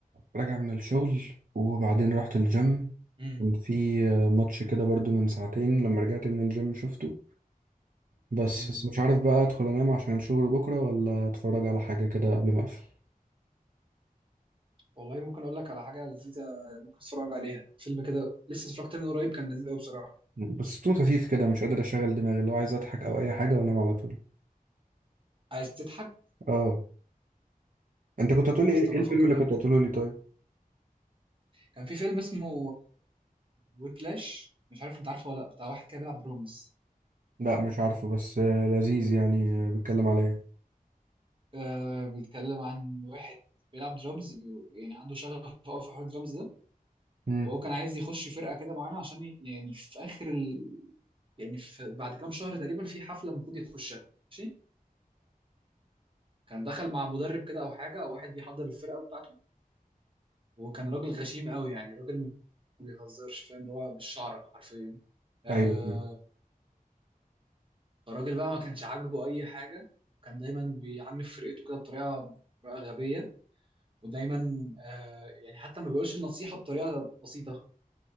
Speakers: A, on the right; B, on the right.
A: راجع من الشغل وبعدين رحت الجيم
B: امم
A: كان في آه، ماتش كده برضو من ساعتين لما رجعت من الجيم شفته بس
B: امم
A: بس مش عارف بقى ادخل انام عشان الشغل بكره ولا اتفرج على حاجه كده قبل ما اقفل
B: والله ممكن اقول لك على حاجه لذيذه ممكن تتفرج عليها فيلم كده لسه اتفرجت من قريب كان لذيذ قوي بصراحه
A: بس طول خفيف كده مش قادر اشغل دماغي اللي هو عايز اضحك او اي حاجه وانام على طول
B: عايز تضحك
A: اه انت كنت هتقولي
B: طب استنى
A: ايه إيه الفيلم
B: افكر
A: اللي كنت
B: لك
A: هتقوله لي طيب
B: كان في فيلم اسمه ويبلاش مش عارف انت عارفه ولا لا بتاع واحد كده بيلعب درامز
A: لا مش عارفه بس آه، لذيذ يعني آه، بيتكلم على ايه
B: آه بيتكلم عن واحد بيلعب درامز بي- يعني عنده شغف قوي في حوار الدرامز ده
A: امم
B: وهو كان عايز يخش فرقه كده معينه عشان ي- يعني في اخر ال... يعني في بعد كام شهر تقريبا في حفله المفروض يخشها ماشي كان دخل مع مدرب كده او حاجه واحد بيحضر الفرقه بتاعته وكان راجل غشيم قوي يعني راجل ما بيهزرش فاهم اللي هو بالشعر حرفيا آه
A: ايوه
B: الراجل بقى ما كانش عاجبه اي حاجه كان دايما بيعنف فرقته كده بطريقه بطريقه غبيه ودايما آه يعني حتى ما بيقولش النصيحه بطريقه بسيطه